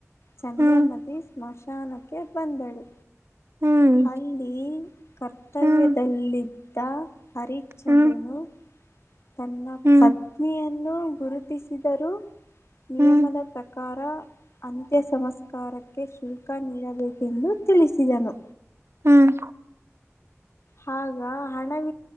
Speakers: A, on the left; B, on the right.
A: ಚಂದ್ರಮತಿ
B: ಹ್ಮ್
A: ಸ್ಮಶಾನಕ್ಕೆ ಬಂದಳು.
B: ಹ್ಮ್
A: ಅಲ್ಲಿ ಕರ್ತವ್ಯದಲ್ಲಿದ್
B: ಹ್ಮ್
A: ದ್ದ ಹರಿಶ್ಚಂದ್ರನು
B: ಹ್ಮ್
A: ತನ್ನ
B: ಹ್ಮ್
A: ಪತ್ ಪತ್ನಿಯನ್ನು ಗುರುತಿಸಿದರುೂ ನಿಯಮದ
B: ಹ್ಮ್
A: ಪ್ರಕಾರ. ಅಂತ್ಯಸಂಸ್ಕಾರಕ್ಕೆ ಶುಲ್ಕ ನೀಡಬೇಕೆಂದು ತಿಳಿಸಿದನು.
B: ಹ್ಮ್.
A: ಹಾಗ ಹಣವ